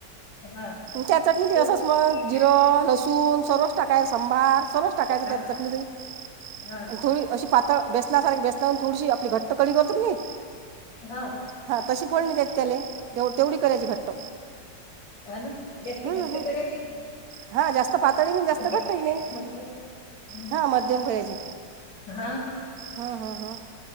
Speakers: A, on the left (about 75°); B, on the right (about 70°).
A: हा
B: त्या चटणी दि
A: करून
B: असस
A: पाहिन
B: मग
A: एखाद्या
B: जिरं
A: वेळेस.
B: लसूण सर्वच टाकाय सांबार. सर्वच टाकायचं
A: हा
B: त्या चकणीतही
A: ना?
B: आणि थोडी अशी पात बेसनासारखी बेसनाून थोडीशी आपली घट्ट कडी करतो क नाही
A: हा
B: हां तशी फोोलणी देत त्याला तेव तेवढी करायची घट्ट
A: ह ना जास्ती
B: हम्म
A: घट्ट
B: हम्म
A: करायचं नाही.
B: हा जास्त पातळी नाही जास्त
A: मध्यम
B: घट्टही
A: करायचं
B: नाही
A: मध्यम हं,
B: हा मध्यम खची
A: हा
B: हम्म हम्म हम्